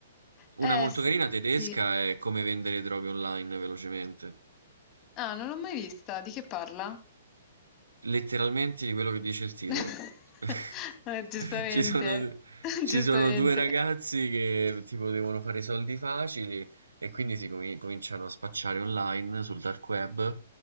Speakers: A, on the right; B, on the left.
A: Una
B: Eh
A: molto carina tedesca
B: sì.
A: è Come vendere droghe online velocemente.
B: Ah, non l'ho mai vista. Di che parla?
A: Letteralmente di quello che dice il titolo.
B: <laughs>
A: <laughs>
B: Eh, giustamente,
A: Ci sono,
B: <laughs>
A: ci
B: giustamente.
A: sono due ragazzi che tipo devono fare soldi facili e quindi si comi- cominciano a spacciare online sul dark web